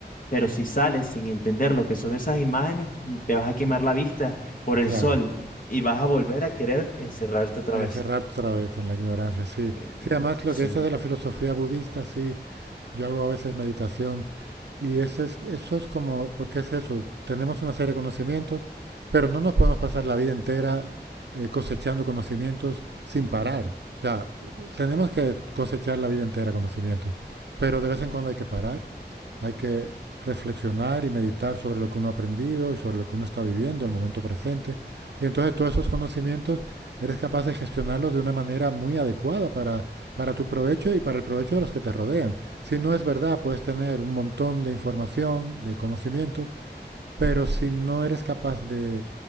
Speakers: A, on the left (about 50°); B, on the right (about 80°).
A: Pero si sales sin entender lo que son esas imágenes, mm, te vas a quemar la vista por el
B: Claro,
A: sol y vas a volver a querer encerrarte otra
B: encerrar
A: vez.
B: otra vez en la ignorancia, sí.
A: Mm,
B: Sí, además lo
A: Sí.
B: que dices de la filosofía budista, sí, yo hago a veces meditación Y ese es, eso es como, porque es eso, tenemos una serie de conocimientos, pero no nos podemos pasar la vida entera eh, cosechando conocimientos sin parar. O sea, tenemos que cosechar la vida entera conocimientos, pero de vez en cuando hay que parar, hay que reflexionar y meditar sobre lo que uno ha aprendido y sobre lo que uno está viviendo, el momento presente. Y entonces todos esos conocimientos eres capaz de gestionarlos de una manera muy adecuada para, para tu provecho y para el provecho de los que te rodean. Si no es verdad, puedes tener un montón de información, de conocimientos, pero si no eres capaz de